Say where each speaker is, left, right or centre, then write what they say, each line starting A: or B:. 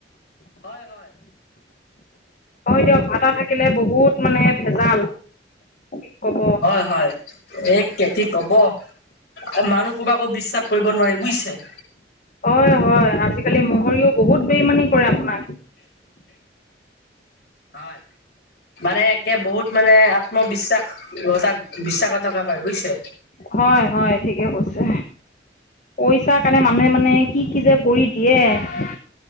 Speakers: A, on the left; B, on the left.
A: হয় -হয়
B: হয় দিয়ক ভাটা থাকিলে বহুত মানে ভেজাল। কি ক'ব
A: হয়-হয় এ কেতি ক'ব এই মানুহ সোপা আকৌ বিশ্বাস কৰিব নোৱাৰি বুইছে?
B: অয় -হয় আজিকালি মহৰিও বহুত বেইমানি কৰে আপোনাক।
A: হয় মানে একে বহুত মানে আত্মবিশ্বাস অ, তাক <unintelligible> টকা পাই বুইছে?
B: হয় -হয় ঠিকে কৈছে। পইচাৰ কাৰণে মানুহে মানে কি-কি যে কৰি দিয়ে।